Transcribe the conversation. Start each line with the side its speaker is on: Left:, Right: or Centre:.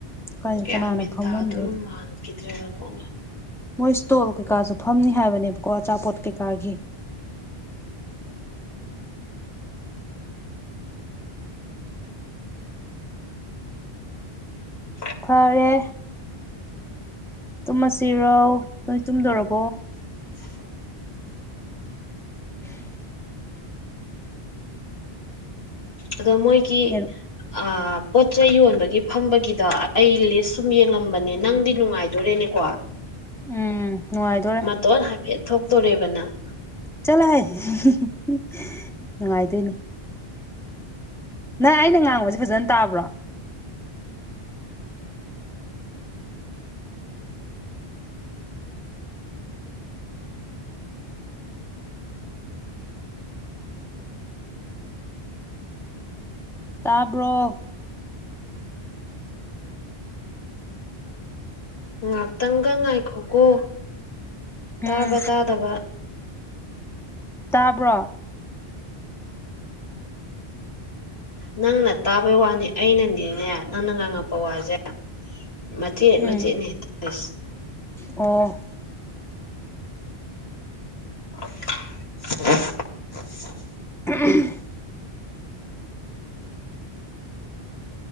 Centre: ꯀꯔꯤ
Left: ꯒꯌ꯭ꯥꯟ
Centre: ꯀꯅꯥꯅ
Left: ꯃꯦꯟ
Centre: ꯐꯝꯍꯟꯗꯣꯏꯅꯣ
Left: ꯇꯥꯗꯣꯏꯕ ꯃꯥꯟꯈꯤꯗ꯭ꯔꯦ ꯑꯣꯟꯊꯣꯛꯅ
Centre: ꯃꯣꯏ ꯏꯁ꯭ꯇꯣꯜ ꯀꯩꯀꯥꯁꯨ ꯐꯝꯅꯤ ꯍꯥꯏꯕꯅꯦꯕꯀꯣ ꯑꯆꯥꯄꯣꯠ ꯀꯩꯀꯥꯒꯤ
Left: <inaudible>
Centre: ꯐꯔꯦ ꯇꯨꯝꯃꯁꯤꯔꯧ ꯅꯣꯏ ꯇꯨꯝꯗꯣꯔꯕꯣ
Left: <inaudible>
Centre: <inaudible>
Left: ꯑꯗꯣ ꯃꯣꯏꯒꯤ
Centre: ꯅꯦꯔꯨ
Left: ꯑꯥ ꯄꯣꯠꯆꯩ ꯌꯣꯟꯕꯒꯤ ꯐꯝꯕꯒꯤꯗ ꯑꯩ ꯂꯤꯁ ꯁꯨꯝ ꯌꯦꯡꯉꯝꯕꯅꯦ ꯅꯪꯗꯤ ꯅꯨꯡꯉꯥꯏ ꯍꫭꯔꯦꯟꯅꯦ ꯀꯣ
Centre: ꯎꯝ ꯅꯨꯡꯉꯥꯏꯗꯣꯔꯦ
Left: ꯃꯇꯣꯟ ꯍꯥꯏꯐꯦꯠ ꯊꯣꯛꯇꯣꯔꯦꯕ ꯅꯪ
Centre: ꯆꯠꯂꯥꯍꯦ <unintelligible> ꯅꯨꯡꯉꯥꯏꯗꯣꯏꯅꯦ ꯅꯪ ꯑꯩꯅ ꯉꯥꯡꯕꯁꯦ ꯐꯖꯅ ꯇꯥꯕ꯭ꯔꯣ ꯇꯥꯕ꯭ꯔꯣ
Left: ꯉꯥꯛꯇꯪꯒ ꯉꯥꯏꯈꯣꯀꯣ ꯇꯥꯕ
Centre: ꯎꯝ
Left: ꯇꯥꯗꯕ
Centre: ꯇꯥꯕ꯭ꯔꯣ <inaudible>
Left: ꯅꯪꯅ ꯇꯥꯕꯩ ꯋꯥꯅꯤ ꯑꯩꯅꯗꯤꯅꯦ ꯅꯪꯅ ꯉꯥꯡꯉꯛꯄ ꯋꯥꯁꯦ ꯃꯆꯦꯠ ꯃꯆꯦꯠꯅ‌ꯦ
Centre: ꯎꯝ
Left: <unintelligible>
Centre: ꯑꯣ
Left: <unintelligible> <inaudible>
Centre: ꯎꯍꯨꯝ <unintelligible>